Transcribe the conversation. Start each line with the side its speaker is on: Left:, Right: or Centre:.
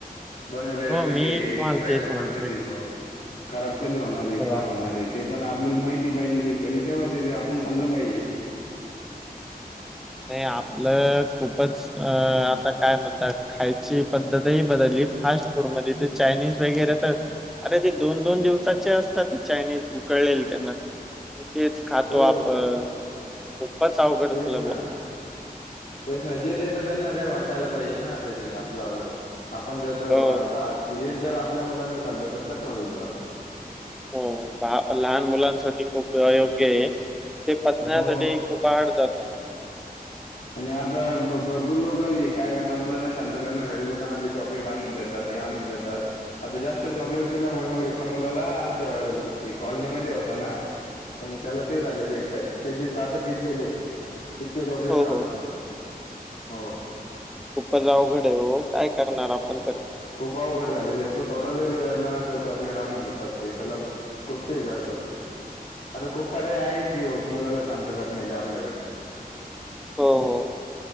Left: बनवलेला
Centre: हो
Left: कधी
Centre: मी
Left: आहे
Centre: तुम्हाला
Left: एक्सपायर
Centre: तेच
Left: होणार
Centre: म्हणतोय
Left: कधी तो खराब कधी होणाराय
Centre: अ,
Left: काय होणाराय ते पण आपल्याला माहिती पाहिजे त्याच्यावर तेव्हा ते जे आपण खाल्लं पाहिजे
Centre: नाही आपलं खूपच अ आता काय म्हणतात खायची पद्धतही बदलली फास्ट फूड मध्ये ते चायनीज वगैरे तर अरे ते दोन, दोन दिवसाचे असतात ते चायनीज उकळलेल त्यांना तेच खातो
Left: हो,
Centre: आपण खूपच अवघड
Left: तेच
Centre: झाला
Left: ना.
Centre: बुवा
Left: तेच ना जे देता त्यांना काही वाटायला पाहिजे ना तरी आपलं वाल आपण देतोय
Centre: हो
Left: बा का हेच जर आपल्या मुलांनी खाल्लं तर कसं होईल बा
Centre: हो लहान मुलांसाठी खूप अयोग्य आहे ते पचण्यासाठी
Left: हो
Centre: खूप हार्ड जात
Left: आणि आता भरपूर लोक जे काय करतात मुलांना शांत करण्यासाठी दुकानातले चॉकलेट आणून देत कधी आणून देतात आता जास्त चॉकलेट दिल्यामुळे एका मुलाला आमच्या आ कॉलनीमध्ये होता ना तर मग त्याला ते झालेलं आहे का त्याचे दात किडलेले आहे तितक चॉकलेट
Centre: हो
Left: खात
Centre: हो
Left: होता तो हो
Centre: खूपच आवघड हाय ओ, काय करणार आपण तरी?
Left: खूप अवघड झालेल आहे. तो थोडा जरी रडला नाही तर चॉकलेट आणून देतात ते त्याला. <unintelligible> ते करतात ते. आता खूप पर्याय आहेत कि हो, मुलाला शांत करण्याचे आपल्याकडे.
Centre: हो.